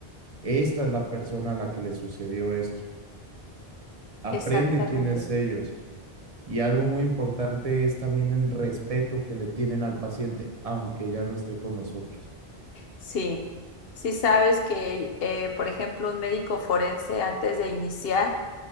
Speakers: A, on the right; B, on the left.
A: esta es la persona a la que le sucedió esto. Aprende
B: Exactamente.
A: quién es ellos. Y algo muy importante es también el respeto que le tienen al paciente, aunque ya no esté con nosotros.
B: Sí. sí sabes que, eh, por ejemplo, un médico forense antes de iniciar,